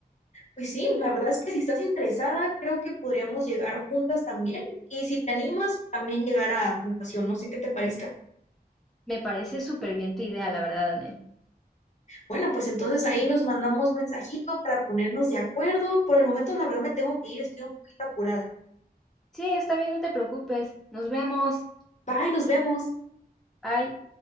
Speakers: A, on the left; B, in the centre.
A: Pues sí, la verdad es que si estás interesada, creo que podríamos llegar juntas también y si te animas, también llegar a natación. No sé qué te parezca.
B: Me parece súper bien tu idea, la verdad, Anel.
A: Bueno, pues entonces ahí nos mandamos mensajito para ponernos de acuerdo. Por el momento, la verdad, me tengo que ir, estoy un poquito apurada.
B: Sí, está bien, no te preocupes. Nos vemos.
A: Bye, nos vemos.
B: Bye.